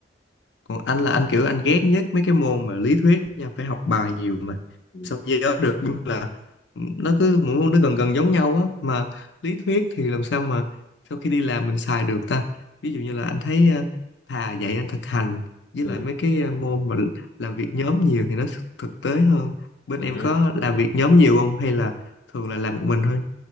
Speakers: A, on the left; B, on the left.
A: còn anh là anh kiểu anh ghét nhất mấy cái môn mà lý thuyết nha phải học bài nhiều mà
B: Ừ.
A: sao nhớ được nhưng là ừ, nó cứ mỗi môn nó gần gần giống nhau á mà lý thuyết thì làm sao mà sau khi đi làm mình xài được ta ví dụ như là anh thấy ờ, thà dạy anh thực hành với
B: Ừ.
A: lại mấy cái ờ, môn mà làm việc nhóm nhiều thì nó thực tế hơn bên
B: ừ.
A: em có làm việc nhóm nhiều không hay là thường là làm một mình thôi